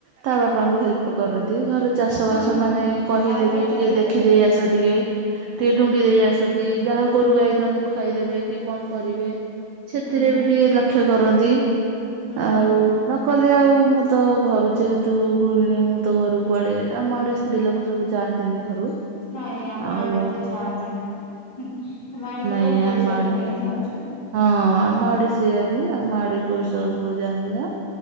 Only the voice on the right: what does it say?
ତା
ବାପାଙ୍କୁ ହେଲ୍ପ କରନ୍ତି ଘରେ ଚାଷବାସ
ମାନେ କହିଲେ
ବି
ଟିକେ ଦେଖିଦେଇ
ଆସ ଟିକେ। ଟିକେ ଡୁଙ୍ଗି ଦେଇ ଆସନ୍ତି ଯାହା ଗୋରୁ ଗାଈ ନହେଲେ ଖାଇଦେବେ କି କଣ କରିବେ। ସେଥିରେ
ବି ଟିକେ ଲକ୍ଷ୍ୟ କରନ୍ତି
ଆଉ ନକଲେ ଆଉ ମୁଁ ତ ଘରୁ ଯେହେତୁ ଗୃହିଣୀ ମୁଁ ତ ଘର କୁଆଡ଼େ ଆମ ଆଡ଼େ ସ୍ତ୍ରୀ ଲୋକ ସବୁ ଯାଆନ୍ତିନି ଘରୁ।
ଆଉ
ନାଇଁ
ଆମ ଆଡେ
ବି
ହଁ ଆମ ଆଡେ ସେଇଆ ବି ଆମ ଆଡେ ପୁରୁଷ ପୁଅ ଯାଆନ୍ତି ଯାହା।